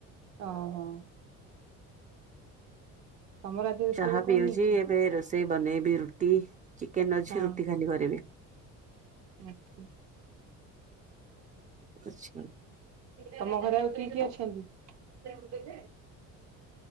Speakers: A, on the right (about 60°); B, on the right (about 25°).
A: ଅ ହୁଁ। ତମର ଆଜି ରୋଷେଇରେ
B: ଚାହା ପିଉଛି
A: କଣ ହେଇଛି?
B: ଏବେ ରୋଷେ ଏବେ ବନେଇବି ରୁଟି ଚିକେନ ଅଛି
A: ହଁ
B: ରୁଟି ଖାଲି କରିବି।
A: <inaudible>
B: ଆଛ୍
A: ତମ ଘରେ ଆଉ କିଏ କିଏ ଅଛନ୍ତି?